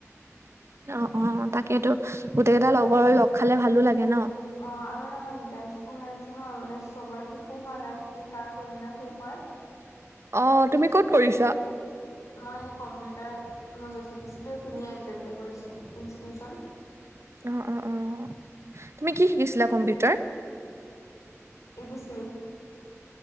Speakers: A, on the right; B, on the left.
A: অ' অ' তাকেইতো। গোটেইকেইটা লগৰ লগ খালে ভালো লাগে ন!
B: অঁ', আৰু মানে আমাৰ ইণ্টাৰ্নচিপো হৈ আছে ন' মানে চবৰে শেষো হোৱা নাই যে কাৰ কোনদিনা শেষ হয়। <unintelligible>
A: অঁ', -তুমি
B: তাকে
A: ক'ত কৰিছা?
B: মই কম্পিউটাৰ মই য'ত শিকিছিলোঁ এই তিনিয়ালিটে তা'তে কৰিছোঁ ইনষ্টিটিউচন।
A: অঁহ', -অঁহ', -অঁহ', তুমি কি শিকিছিলা কম্পিউটাৰ?
B: A B C.